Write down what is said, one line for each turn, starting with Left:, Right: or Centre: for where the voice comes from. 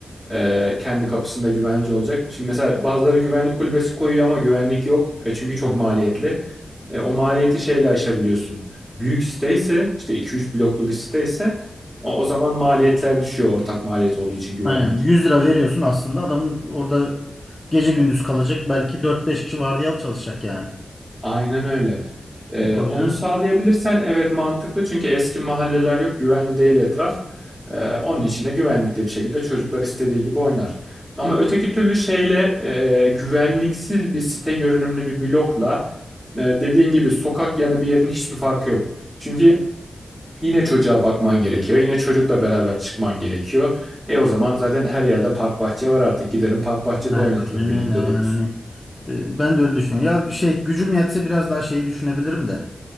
Centre: E, kendi kapısında güvence olacak. Şimdi mesela bazıları güvenlik kulübesi koyuyor ama güvenlik yok. E, çünkü çok
Left: hı,
Centre: maliyetli. E, o maliyeti şeyle aşabiliyorsun. Büyük site ise işte 2-3 bloklu bir site ise o, o zaman maliyetler düşüyor ortak maliyet olduğu için güvenlik.
Left: aynen 100 lira veriyorsun aslında adamın orada gece gündüz kalacak belki dört beş kişi vardiyalı çalışacak yani.
Centre: Aynen öyle. Ee,
Left: O
Centre: onu
Left: yüzden
Centre: sağlayabilirsen evet mantıklı çünkü eski mahalleler yok güvenli değil etraf. Ee, onun için de güvenlikli bir şekilde çocuklar istediği gibi oynar. Ama öteki türlü şeyle e, güvenliksiz bir site görünümlü bir blokla e, dediğin gibi sokak yanı bir yerin hiçbir farkı yok. Çünkü yine çocuğa bakman gerekiyor. Yine çocukla beraber çıkman gerekiyor. E o zaman zaten her yerde park bahçe var artık. Giderim park bahçede
Left: aynen
Centre: oynatırım
Left: aynen
Centre: birlikte
Left: öyle yani
Centre: dururuz.
Left: hani e, ben de öyle düşünüyorum. Ya şey gücüm yetse biraz daha şeyi düşünebilirim de.